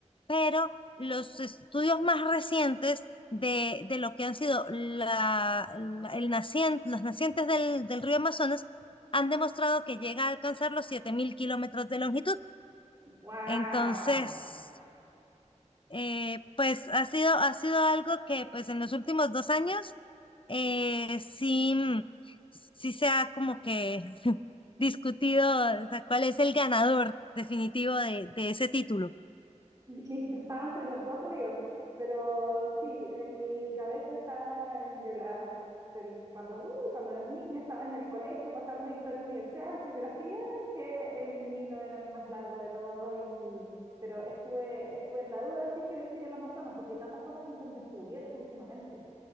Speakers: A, on the left; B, on the right.
A: pero los estudios más recientes de, de lo que han sido la- la- el nacien- los nacientes del, del río Amazonas han demostrado que llega a alcanzar los 7.000 kilómetros de longitud.
B: ¡Wow!
A: Entonces... Eh, pues ha sido, ha sido algo que pues en los últimos dos años eh, sí, mm, sí se ha como que <laughs> discutido, o sea, cuál es el ganador definitivo de, de ese título.
B: Mi- mi- Yo estaba entre los dos ríos, pero sí, en mi cabeza estaba en de la, del- cuando, uh, cuando eras niña, estabas en el colegio pasando historia universal, geografía, que el Nilo era el más largo de todos, y, pero estuve, estuve en la duda si es que decir el Amazonas, porque hay tantas cosas que se han descubierto últimamente